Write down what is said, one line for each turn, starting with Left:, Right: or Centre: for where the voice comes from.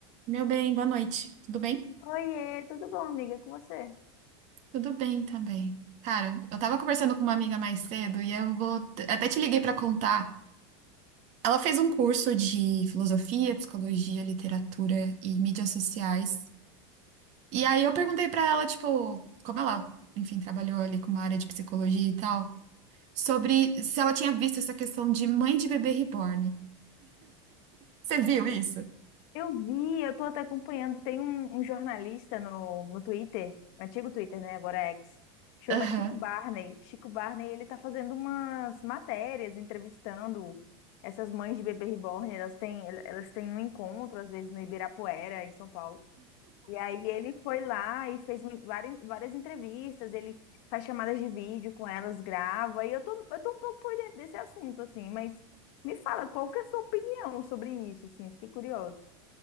Right: Meu bem, boa noite. Tudo bem?
Left: Oiê, tudo bom, amiga? E Com você?
Right: Tudo bem também. Cara, eu tava conversando com uma amiga mais cedo e eu vou até te liguei pra contar. Ela fez um curso de filosofia, psicologia, literatura e mídias sociais. E aí eu perguntei pra ela, tipo, como ela, enfim, trabalhou ali com uma área de psicologia e tal, sobre se ela tinha visto essa questão de mãe de bebê reborn. Você viu isso?
Left: Eu vi, eu tô até acompanhando. Tem um, um jornalista no, no Twitter, um antigo Twitter, né? Agora é X, chama
Right: Aham.
Left: Chico Barney. Chico Barney, ele tá fazendo umas matérias, entrevistando essas mães de bebê reborn. Elas têm, elas têm um encontro, às vezes, no Ibirapuera, em São Paulo. E aí ele foi lá e fez mui- várias, várias entrevistas, ele faz chamadas de vídeo com elas, grava. E eu tô, eu tô um pouco por dentro desse assunto, assim, mas me fala, qual que é a sua opinião sobre isso, assim? Fiquei curioso.